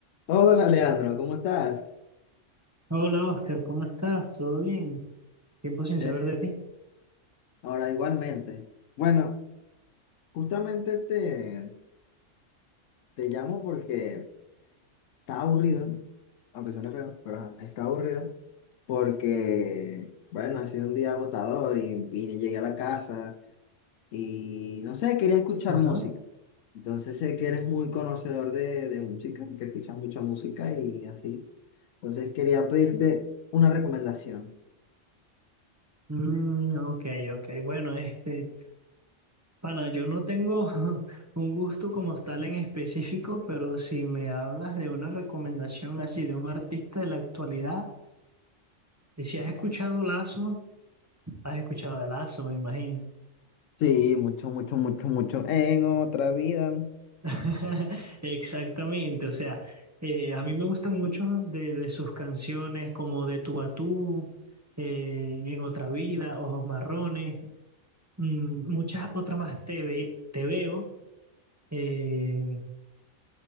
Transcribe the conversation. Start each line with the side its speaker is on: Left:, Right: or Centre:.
Left: Hola Leandro, ¿cómo estás?
Right: Hola Oscar, ¿cómo estás? ¿Todo bien? Tiempo sin
Left: Eh,
Right: saber de ti.
Left: Ahora igualmente. Bueno, justamente te, te llamo porque está aburrido, aunque suene feo, pero ajá, está aburrido porque, bueno, ha sido un día agotador y vine, llegué a la casa y no sé, quería escuchar
Right: Ajá.
Left: música. Entonces sé que eres muy conocedor de, de música, que escuchas mucha música y así. Entonces quería pedirte una recomendación.
Right: Mm, ok, ok. Bueno, este, pana, yo no tengo <laughs> un gusto como tal en específico, pero si me hablas de una recomendación así de un artista de la actualidad, y si has escuchado Lazo, has escuchado de Lazo, me imagino.
Left: Sí, mucho, mucho, mucho, mucho. En otra vida.
Right: <laughs> Exactamente, o sea, eh, a mí me gustan mucho de, de sus canciones como De tú a tú, eh, En otra vida, Ojos marrones. mm, muchas otras más te, ve- te veo eh,